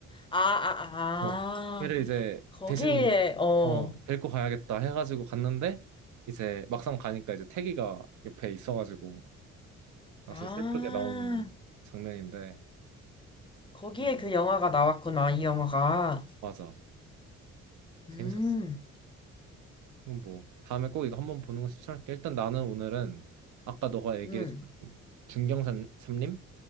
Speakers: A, on the left; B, on the right.
A: 아, 아,
B: 어 걔를
A: 아.
B: 이제
A: 거기에,
B: 대신
A: 어.
B: 어 데리고 가야겠다 해가지고 갔는데 이제 막상 가니까 이제 태기가 옆에 있어가지고 사실
A: 아.
B: 슬프게 나온 장면인데
A: 거기에
B: 음,
A: 그 영화가 나왔구나, 이 영화가.
B: 맞아 재밌었어
A: 음,
B: 그럼 뭐 다음에 꼭 이거 한번 보는 거 추천할게 일단 나는 오늘은 아까 너가 얘기해준
A: 음.
B: 중경산 삼림